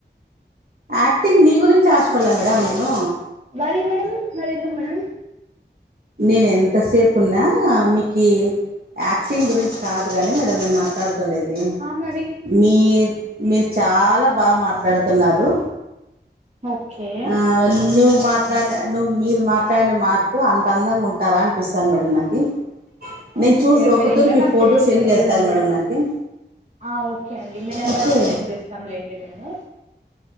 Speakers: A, on the right (about 55°); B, on the right (about 40°).
A: యాక్టింగ్ నీ గురించి ఆశపలే మేడం నేను
B: మరి మేడం మరి ఎందుకు మేడం
A: నేన్ ఎంతసేపున్నా మీకీ ఆక్టింగ్ గురించి కాదు గాని మేడం నేను మాట్లాడుతుండేది
B: ఆ మరి
A: మీ మీరు చాలా బా మాట్లాడుతున్నారు
B: ఓకే
A: ఆ న్యూ మ తాండ ను మీరు మాట్లాడిన మార్తు అంత అందంగా ఉంటారా అన్పిస్సంది మేడం నాకి నేన్
B: ఓకే
A: చూసి ఒక
B: మీరు
A: తురు
B: ఇంకా
A: మీ
B: నా
A: ఫోటో
B: ఫేస్
A: సెంన్
B: చూడలేదండి
A: జేస్తారా మేడం నాకి
B: ఆ ఓకే అండి మీ నెంబర్కి
A: ఓకే
B: సెండ్ జేస్తాం లేండి మేము